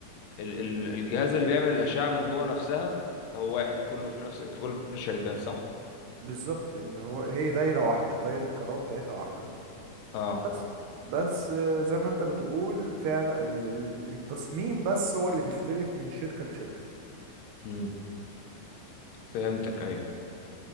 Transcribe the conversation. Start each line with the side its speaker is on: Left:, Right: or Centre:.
Left: ال... ال... الجهاز اللي بيعمل الأشعة من جوه نفسها هو واحد كله في نفس في كل الشركات صح؟
Right: بالظبط ان هو هي دايرة واحدة دايرة الكهرباء بتاعتها واحدة
Left: اه
Right: بس بس آه، زي ما انت بتقول فعلا ال- ال- التصميم بس هو اللي بيختلف من شركة لشركة
Left: امم فهمتك أيوه